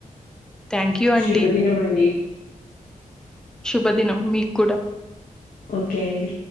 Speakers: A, in the centre; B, on the left (about 80°).
A: థ్యాంక్ యూ అండి
B: శుభదినం అండి
A: శుభదినం మీక్ కుడ
B: ఓకే అండి